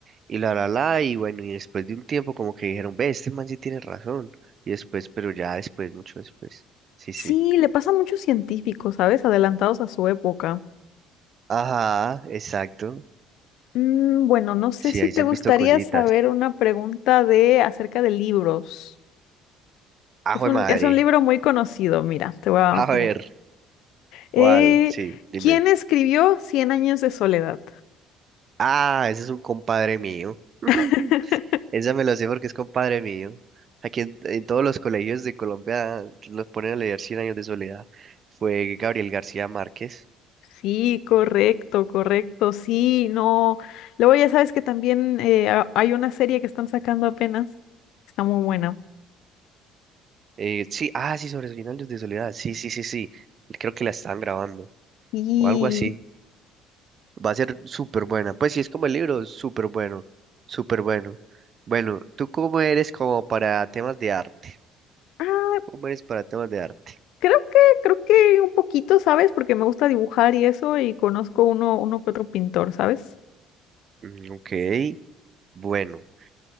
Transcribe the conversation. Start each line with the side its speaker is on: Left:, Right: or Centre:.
Right: y la, la, la, y bueno, y después de un tiempo como que dijeron, ve, este man sí tiene razón. Y después, pero ya después, mucho después. Sí,
Left: Sí,
Right: sí.
Left: le pasa a muchos científicos, ¿sabes? Adelantados a su época.
Right: Ajá, exacto.
Left: Mm, bueno, no sé
Right: Sí,
Left: si
Right: ahí
Left: te
Right: se
Left: gustaría
Right: han visto cositas.
Left: saber una pregunta de acerca de libros.
Right: Ajo
Left: Es un,
Right: de madre.
Left: es un libro muy conocido, mira, te voy a...
Right: A
Left: pregun-
Right: ver,
Left: Eh,
Right: ¿cuál? Sí, dime.
Left: ¿quién escribió Cien años de soledad?
Right: Ah, ese es un compadre mío. <laughs>
Left: <laughs>
Right: Esa me lo sé porque es compadre mío. Aquí en, en todos los colegios de Colombia los ponen a leer Cien años de soledad. Fue Gabriel García Márquez.
Left: Sí, correcto, correcto, sí, no. Luego ya sabes que también eh, ha- hay una serie que están sacando apenas. Está muy buena.
Right: Eh, sí, ah, sí, sobre Cien años de soledad. Sí, sí, sí, sí. Creo que la están grabando
Left: Y
Right: o algo así. Va a ser súper buena. Pues sí, es como el libro, súper bueno, súper bueno. Bueno, ¿tú cómo eres como para temas de arte?
Left: ah,
Right: ¿Cómo eres para temas de arte?
Left: creo que, creo que un poquito, ¿sabes? Porque me gusta dibujar y eso, y conozco uno, uno que otro pintor, ¿sabes?
Right: Mm, Ok, Bueno,